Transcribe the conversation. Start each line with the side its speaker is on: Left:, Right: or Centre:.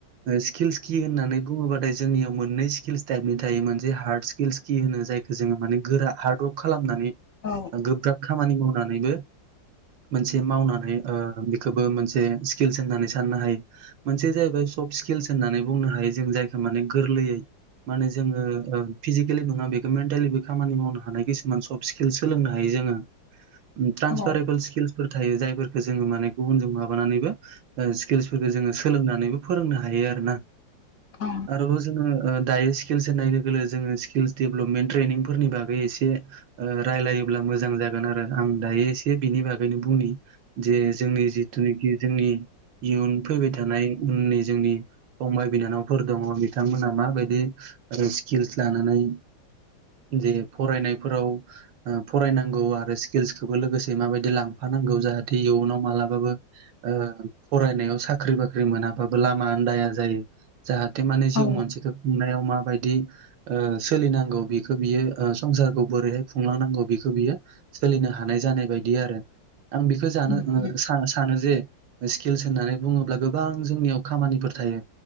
Right: स्किल्स कि होननानै बुङोबाथाय जोंनियाव मोननै स्किल्स टाइपनि थायो मोनसे हार्ड स्किल्स खि होनो जायखौ जोङो मानि गोरा हार्डवार्क खालामनानै
Left: औ
Right: गोब्राब खामानि मावनानैबो <inaudible> मोनसे मावनानै ओ बेखोबो मोनसे स्किल्स होननानै साननो हायो मोनसे जाहैबाय सफ स्किल्स होननानै बुंनो हायो जों जायखौ माने गोरलैयै माने जोङो ओ फिजिकेलि नङा बेखौ मेन्टेलिबो खामानि मावनो हानाय खिसुमान सफ्ट स्किल सोलोंनो हायो जोङो । ट्रान्सफारेबल
Left: औ
Right: स्किल्स फोर थायो जायफोरखो जोङो माने गुबुन जों माबानानैबो ओ स्किल्सफोरखौ जोङो सोलोंनानैबो फोरोंनो हायो । हायो आरो ना
Left: औ
Right: आरोबाव जोङो ओ दायो स्टिल्स होन्नाय लोगो जोङो स्किल्स डेभेलपमेन ट्रेनिंफोरनि बागै एसे रायलायोब्ला मोजां जागोन आरो आं दा दायो एसे बिनि बागैनो बुंनि जे जोंनि जिथुनोखि जोंनि इयुन फैबाय थानाय उननि जोंनि फंबाय बिनानावफोर दङ' बिथांमोनहा माबायदि आरो स्किल्स लानानै जे फरायनायफोराव ओ फरायनांगौ आरो स्किल्सखौबो लोगोसे माबायदि लांफा नांगौ जाहाथे इयुनाव मालाबाबो ओ फरायनायाव साख्रि बाख्रि मोनाबाबो लामा आन्दाया जायो जाहाथे माने जिउ
Left: औ
Right: मोनसेखौ खुंनायाव माबायदि ओ सोलिनांगौ बिखो बियो संसारखौ बोरैहाय खुंलांनांगौ बिखौ बियो सोलिनो हा हानाय जानाय बायदि आरो आं बेखो जानो
Left: उम उम
Right: सानो जे स्किल्स होननानै बुङोब्ला गोबां जोंनियाव खामानिफोर थायो